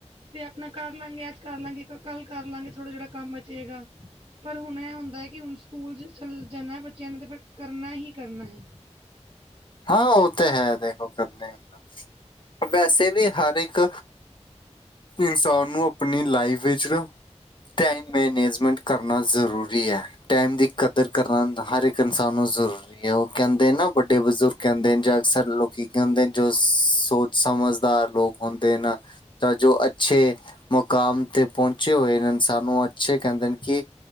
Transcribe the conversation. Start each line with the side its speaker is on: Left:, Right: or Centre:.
Right: 'ਤੇ ਆਪਣਾ ਕਰਲਾਂਗੇ, ਅੱਜ ਕਰਲਾਂਗੇ ਕ ਕੱਲ ਕਰਲਾਂਗੇ ਥੋੜਾ ਜੇੜਾ ਕੰਮ ਬਚੇਗਾ। ਪਰ ਹੁਣ ਐ ਹੁੰਦਾ ਐ ਕਿ ਹੁਣ ਸਕੂਲਜ ਚੱਲ ਜਾਣਾ ਐ ਬੱਚਿਆਂ ਨੇ 'ਤੇ ਫੇਰ ਕਰਨਾ ਹੀ, ਕਰਨਾ ਹੀ।
Left: ਹਾਂ ਓ ਤਾਂ ਹੈ ਦੇਖੋ ਕਰਨਾ ਨਾ ਵੈਸੇ ਵੀ ਹਰ ਇੱਕ ਇਨਸਾਨ ਨੂੰ ਆਪਣੀ ਲਾਈਫ ਵਿੱਚ ਨਾ ਟਾਈਮ ਮੈਨੇਜਮੈਂਟ ਕਰਨਾ ਜ਼ਰੂਰੀ ਐ। ਟਾਈਮ ਦੀ ਕਦਰ ਕਰਨਾ ਹਰ ਇੱਕ ਇਨਸਾਨ ਨੂੰ ਜ਼ਰੂਰੀ ਐ ਓ ਕੈਂਦੇ ਨਾ ਵੱਡੇ ਬਜ਼ੁਰ ਕੈਂਦੇ ਨੇ ਜਾਂ ਅਕਸਰ ਲੋਕੀ ਕੈਂਦੇ ਨ ਜੋ ਸੋਚ ਸਮਝਦਾਰ ਲੋਕ ਹੁੰਦੇ ਨਾ ਤਾਂ ਜੋ ਅੱਛੇ ਮੁਕਾਮ 'ਤੇ ਪਹੁੰਚੇ ਹੋਏ ਨਾ ਸਾਨੂੰ ਅੱਛੇ ਕੈਂਦੇ ਨੇ ਕਿ